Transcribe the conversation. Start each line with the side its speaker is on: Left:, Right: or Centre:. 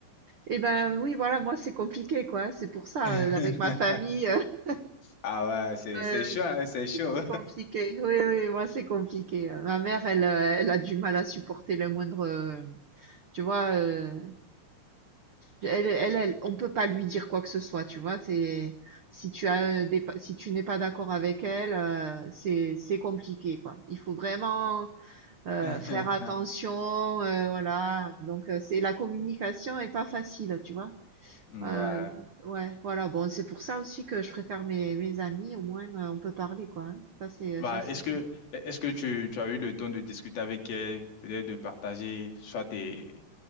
Right: Eh ben oui, voilà, moi c'est compliqué quoi. C'est pour ça
Left: <laughs>
Right: euh, avec ma famille, <laughs>
Left: Ah ouais, c'est,
Right: euh,
Left: c'est chaud, hein, c'est chaud.
Right: C'est compliqué. Oui, oui, moi, c'est compliqué. Euh, Ma mère, elle, euh, elle a du mal à supporter le moindre. euh, Tu vois, euh, elle, elle, elle, on peut pas lui dire quoi que ce soit. Tu vois, c'est si tu as des, pa- si tu n'es pas d'accord avec elle, euh, c'est, c'est compliqué, quoi. Il faut vraiment euh,
Left: <laughs>
Right: faire attention, euh, voilà. Donc, euh, c'est la communication est pas facile, tu vois.
Left: Ouais.
Right: Euh, ouais, voilà. Bon, c'est pour ça aussi que je préfère mes, mes amis. Au moins, euh, on peut parler, quoi. hein. Ça, c'est,
Left: Bah,
Right: ça, c'est
Left: est-ce
Right: bien.
Left: que est-ce que tu, tu as eu le temps de discuter avec elle, peut-être de partager soit tes,